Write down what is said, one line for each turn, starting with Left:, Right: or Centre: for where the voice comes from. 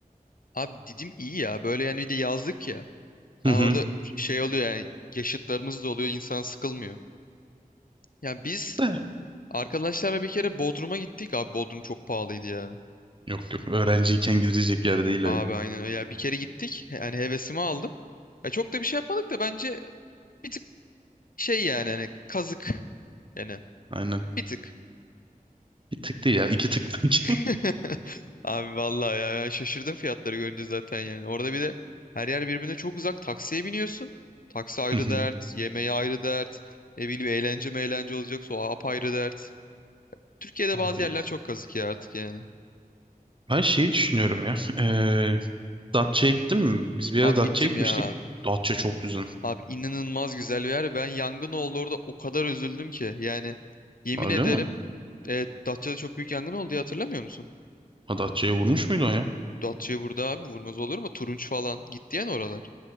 Left: Abi Didim iyi ya böyle yani bir de yazlık ya. Ha
Right: Hı hı.
Left: orada şey oluyor yani yaşıtlarımız da oluyor insan sıkılmıyor. Ya biz
Right: De-
Left: arkadaşlarla bir kere Bodrum'a gittik abi Bodrum çok pahalıydı ya.
Right: Yok yok öğrenciyken gidecek yer
Left: Yok
Right: değil o
Left: abi
Right: ya.
Left: aynen öyle ya bir kere gittik yani hevesimi aldım. Ya çok da bir şey yapmadık da bence bir tık şey yani hani kazık yani
Right: Aynen.
Left: bir tık.
Right: Bir tık değil ya. iki tık bence.
Left: <laughs> Abi vallahi ya ben şaşırdım fiyatları görünce zaten yani. Orada bir de her yer birbirine çok uzak. Taksiye biniyorsun. Taksi
Right: <laughs>
Left: ayrı
Right: Hı
Left: dert,
Right: hı.
Left: yemeği ayrı dert. Ne bileyim eğlence meğlence olacaksa o apayrı dert. Türkiye'de
Right: Vallahi.
Left: bazı yerler çok kazık ya artık yani.
Right: Ben şeyi düşünüyorum ya. Ee, Datça'ya gittin mi? Biz bir
Left: Abi
Right: ara Datça'ya
Left: gittim
Right: gitmiştik.
Left: ya.
Right: Datça çok güzel.
Left: Abi inanılmaz güzel bir yer. Ben yangın oldu orada o kadar üzüldüm ki. Yani yemin
Right: Öyle
Left: ederim.
Right: mi?
Left: Evet, Datça'da çok büyük yangın oldu ya hatırlamıyor musun?
Right: Ha Datça'ya vurmuş muydu o ya?
Left: Datça'ya vurdu abi vurmaz olur mu? Turunç falan. Gitti yani oralar.